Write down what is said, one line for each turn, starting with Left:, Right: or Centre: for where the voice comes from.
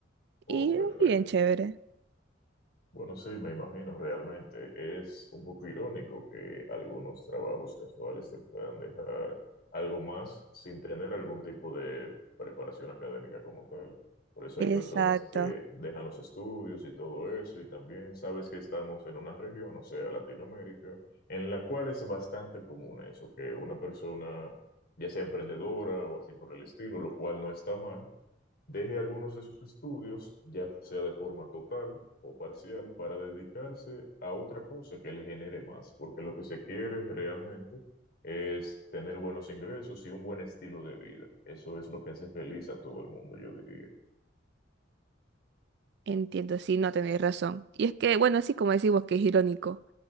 Right: Y
Left: Oh, perfecto.
Right: muy bien chévere.
Left: Bueno, sí, me imagino realmente. Es un poco irónico que algunos trabajos casuales te puedan dejar algo más sin tener algún tipo de preparación académica como tal. Por eso
Right: Exacto,
Left: hay personas que dejan los estudios y todo eso, y también sabes que estamos en una región, o sea, Latinoamérica, en la cual es bastante común eso, que una persona, ya sea emprendedora o así por el estilo, lo cual no está mal Deje algunos de sus estudios, ya sea de forma total o parcial, para dedicarse a otra cosa que le genere más, porque lo que se quiere realmente es tener buenos ingresos y un buen estilo de vida. Eso es lo que hace feliz a todo el mundo, yo diría.
Right: entiendo, sí, no tenéis razón. Y es que, bueno, así como decimos que es irónico,